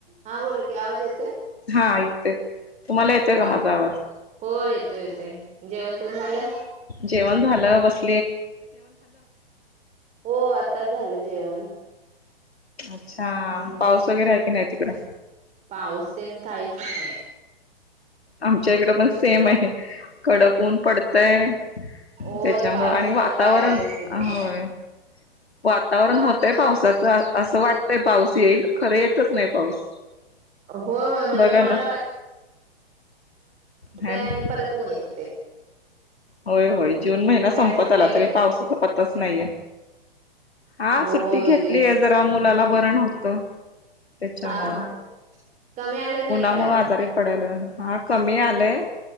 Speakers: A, on the right (about 25°); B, on the left (about 85°).
A: हा बोला कि आवाज येतोय?
B: हा येतोय तुम्हाला येतोय
A: हा
B: का माझा आवाज
A: हो येतो येतोय जेवण. तेन झालं.
B: जेवण झालं बस.
A: हो आताच झालं जेवण.
B: अच्छा
A: हम्म
B: पाऊस वगैरे आहे की नाही तिकडं.
A: पाऊस तेन काहीच नाहीय.
B: आमच्या इकड पण सेम आहे कडक ऊन पडतय
A: होय
B: त्याच्यामुळे
A: पावसाचं
B: आणि वातावरण
A: काय हेच
B: ह
A: नाही.
B: होय. वातावरण
A: वात
B: होतय पावसाचं असं वाटत. ते पाऊस येईल खरं येतच नाही पाऊस
A: होय होय म्हणजे
B: बघा
A: मळबाल
B: ना.
A: येतय
B: हॅलो
A: आणि परत ऊन येतय.
B: होय होय जून महिना संपत
A: सुट्टी
B: आला
A: आहे?
B: तरी पावसाचा पत्ताच नाहीये. हा
A: होय
B: सुट्टी घेतलीय
A: तेच
B: जरा मुलाला बरं न्हवतं. त्याच्यामुळं
A: हा हा कमी आले नाही
B: उन्हामुळ
A: का अजून?
B: आजारी पडायला हा कमी आलंय.